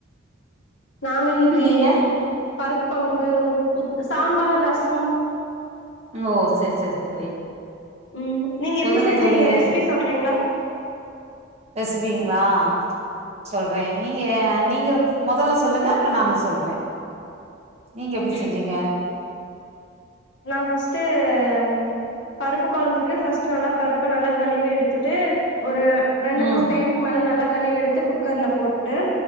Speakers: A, on the left (about 60°); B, on the right (about 30°).
A: நாங்க இன்னைக்கு
B: நீங்க
A: பருப்பு கொழம்பு உத் சாம்பார் ரசம்
B: ம் ஓ செர் செர் தோழி
A: ம் நீங்க
B: சொல்லுங்க
A: எப்டி செஞ்சீங்க
B: தோழியே
A: ரெசிபி சொல்றீங்களா
B: பெசுவீங்ளா சொல்றே நீங்க நீங்க மொதல்ல சொல்லுங்க அப்றோ நானு சொல்ற நீங்க எப்டி செஞ்சீங்க?
A: ஆ நா ஃபர்ஸ்ட்டு அம் பருப்பு கொழம்புக்கு ஃபஸ்ட்டு நல்லா பருப்ப நல்லா கழுவி எடுத்துட்டு ஒரு ரெண்டு
B: ம்
A: மூண் டைமுக்கு மேல நல்லா கழுவி எடுத்து குக்கர்ல போட்டு